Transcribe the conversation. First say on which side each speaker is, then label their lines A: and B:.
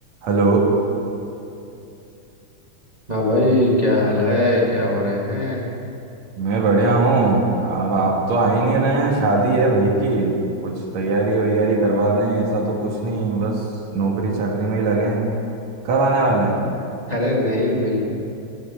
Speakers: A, on the right (about 65°); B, on the right (about 20°).
A: Hello
B: हाँ भाई क्या हाल है क्या हो रहे हैं
A: मैं बढ़िया हूँ अब आप तो आ ही नहीं रहे हैं शादी है भाई की कुछ तैयारी वैयारी करवा दें ऐसा तो कुछ नहीं बस नौकरी चाकरी में ही लगे हैं कब आने वाले हैं
B: अरे नहीं बिल्कुल